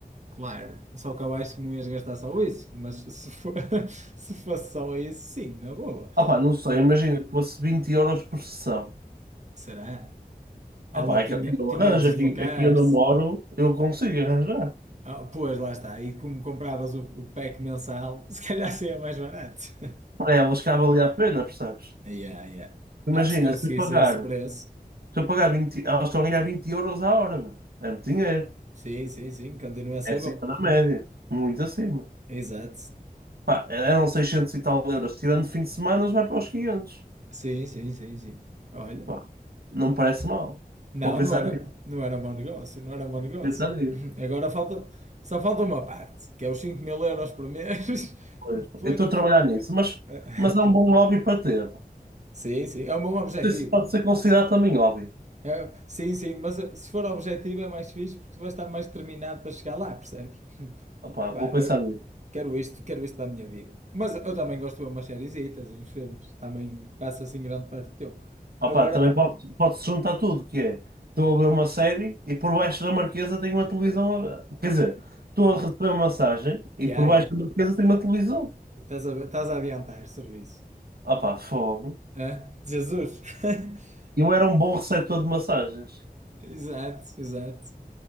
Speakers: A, on the right; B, on the right.
A: claro. Só que eu acho que não ias gastar só isso, mas se for, <laughs> se fosse só isso, sim, na boa.
B: Ah pá, não sei,
A: Ah,
B: imagina que fosse 20 euros por sessão.
A: será? Ela
B: Ah pá, é
A: tinha,
B: que eu
A: tinha
B: arranjo
A: de deslocar-se.
B: aqui, aqui onde eu moro, eu consigo arranjar.
A: Ah, pois, lá está. E como compravas o, o pack mensal, <laughs> se calhar seria mais barato. <laughs>
B: Para elas cabe ali a pena, percebes?
A: Yeah, yeah.
B: Imagina,
A: Ah, se conseguisse
B: se eu pagar.
A: esse preço,
B: Se eu pagar 20 elas estão a ganhar 20 euros a hora, meu. É muito dinheiro.
A: sim, sim, sim, continua a ser
B: É acima
A: bom.
B: da média. Muito acima.
A: Exato.
B: Pá, eram 600 e tal euros. Tirando fim de semana, vai para os quinhentos
A: Sim, sim, sim, sim. Olha,
B: Pá, não me parece mal.
A: não,
B: Vou pensar
A: não era,
B: nisso. vou
A: não era mau negócio, não era mau negócio.
B: Pensar nisso.
A: <clears throat> Agora falta, só falta uma parte, que é os cinco mil euros por mês. <laughs>
B: Pois.
A: Depois
B: Eu estou a
A: de...
B: trabalhar nisso, mas,
A: <laughs>
B: mas é um bom hobby para ter. Não
A: Sim, sim, é um bom objetivo.
B: sei se pode ser considerado também hobby.
A: É, sim, sim, mas eh, se for objetivo é mais fixe porque tu vais estar mais determinado para chegar lá, percebes?
B: Opá,
A: Pá,
B: vou pensar
A: eu
B: nisso.
A: quero isto, quero isto para a minha vida. Mas eu também gosto de ver umas sériezitas e uns filmes, também passa assim grande parte do tempo.
B: Opa,
A: Agora,
B: também pode- pode-se juntar tudo, que é, estou a ver uma série e por baixo da marquesa tem uma televisão, a- quer dizer, estou a receber uma massagem
A: yeah,
B: e por baixo
A: yeah.
B: da marquesa tem uma televisão.
A: Estás a, estás a adiantar serviço.
B: Opa, fogo.
A: Hã? Jesus! <laughs>
B: Eu era um bom receptor de massagens.
A: Exato, exato.